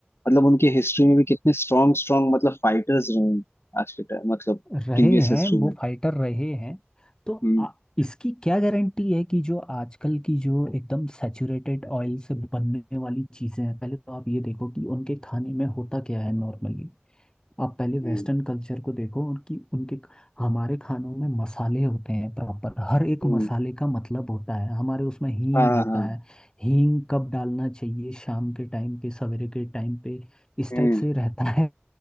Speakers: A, on the left; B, on the left.
A: मतलब उनके हिस्ट्री में भी कितने स्ट्रांग स्ट्रांग मतलब फाइटर्स रहे हैं आज के टाइम मतलब
B: रहे
A: प्रीवियस
B: हैं
A: हिस्ट्री
B: वो
A: में
B: फाइटर रहे हैं तो
A: हम्म
B: आ, इसकी क्या गारंटी है कि जो आजकल की जो एकदम सैचुरेटेड ऑयल से बनने वाली चीज़ें हैं पहले तो आप ये देखो कि उनके खाने में होता क्या है नॉर्मली आप पहले वेस्टर्न
A: हम्म
B: कल्चर को देखो उनकी उनके हमारे खानों में मसाले होते हैं प्रॉपर हर एक
A: हम्म
B: मसाले का मतलब होता है हमारे उसमें हींग
A: हाँ
B: होता
A: हाँ
B: है हींग कब डालना चाहिए शाम के टाइम पे सवेरे के टाइम पे इस
A: हम्म
B: टाइप से रहता है